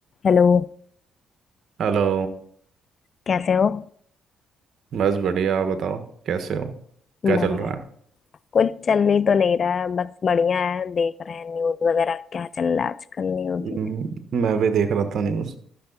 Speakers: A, on the left; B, on the right.
A: Hello
B: Hello
A: कैसे हो
B: बस बढ़िया आप बताओ कैसे हो
A: बढ़िया
B: क्या चल रहा है
A: कुछ चल ही तो नहीं रहा है बस बढ़िया है देख रहे हैं न्यूज वगैरह क्या चल रहा है आजकल न्यूज
B: <laughs> हम्म,
A: में।
B: मैं भी देख रहा था न्यूज़